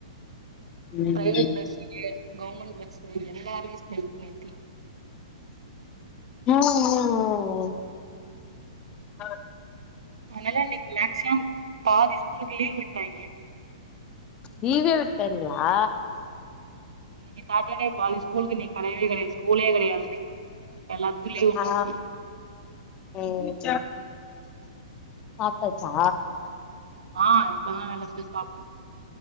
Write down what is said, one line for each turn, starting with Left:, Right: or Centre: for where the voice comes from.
Left: ம்
Right: பிரைவேட்
Left: ம்
Right: பஸுங்க கவர்மெண்ட் பஸு எல்லாமே ஸ்ட்ரைக் நேத்தி
Left: ம் ம் ம் அ
Right: அதனால இன்னைக்கு மேக்சிமம் பாதி ஸ்கூலுக்கு லீவ் விட்டாய்ங்க
Left: லீவே விட்டாய்ங்களா
Right: இன்னைக்கு சாட்டர்டே பாதி ஸ்கூலுக்கு நீ கடயவே கடையாது ஸ்கூலே கெடையாது எல்லாத்துக்கு லீவ் விட்டாச்சு
Left: ஆ ம் சாப்டாச்சா
Right: ஆ இப்பதா <unintelligible> சாப்டோ